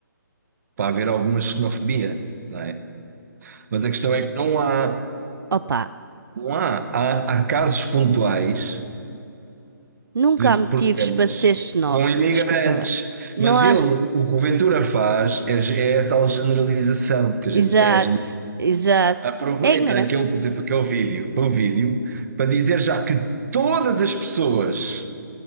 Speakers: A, on the right; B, on the right.
A: para haver alguma xenofobia, não é? Mas a questão é que não há,
B: Opa,
A: não há, há, há casos pontuais
B: nunca
A: de
B: há motivos
A: problemas
B: para ser xenófobo,
A: com imigrantes.
B: desculpa lá. Não
A: Mas
B: há.
A: ele, o que o Ventura faz é, é a tal generalização de que a
B: Exato,
A: gente é,
B: exato.
A: aproveita
B: É ignorante.
A: aquele, por exemplo, aquele vídeo, para o vídeo, para dizer já que todas as pessoas,